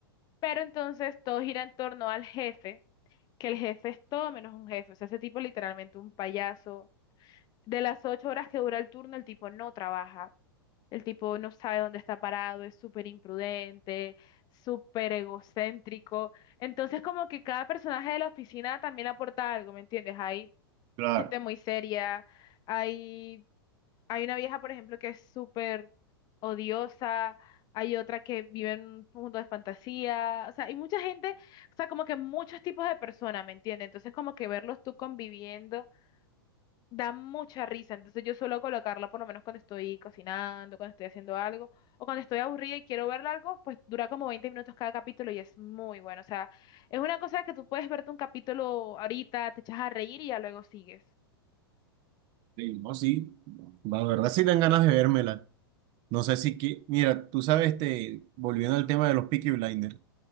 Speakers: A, on the left (about 30°); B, on the right (about 35°).
A: Pero entonces todo gira en torno al jefe, que el jefe es todo menos un jefe, o sea, ese tipo es literalmente un payaso. De las ocho horas que dura el turno, el tipo no trabaja, el tipo no sabe dónde está parado, es súper imprudente, súper egocéntrico. Entonces como que cada personaje de la oficina también aporta algo, ¿me entiendes? Hay
B: claro.
A: gente muy seria. Hay hay una vieja, por ejemplo, que es súper odiosa, hay otra que vive en un mundo de fantasía, o sea, hay mucha gente, o sea, como que muchos tipos de personas, ¿me entiendes? Entonces, como que verlos tú conviviendo da mucha risa, entonces yo suelo colocarla por lo menos cuando estoy cocinando, cuando estoy haciendo algo, o cuando estoy aburrida y quiero ver algo, pues dura como 20 minutos cada capítulo y es muy bueno, o sea, es una cosa que tú puedes verte un capítulo ahorita, te echas a reír y ya luego sigues.
B: Sí, no, sí. La verdad sí dan ganas de vérmela. No sé si que, mira, tú sabes, este, volviendo al tema de los Peaky Blinders.